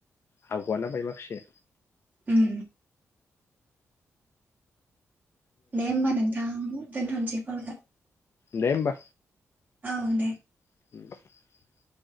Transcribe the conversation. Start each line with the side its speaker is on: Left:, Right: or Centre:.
Left: हागुआना बाय माखासे
Right: उम दे होमबा नोथां दोनथनोसै कलखो
Left: दे होमबा
Right: ओं दे
Left: <inaudible>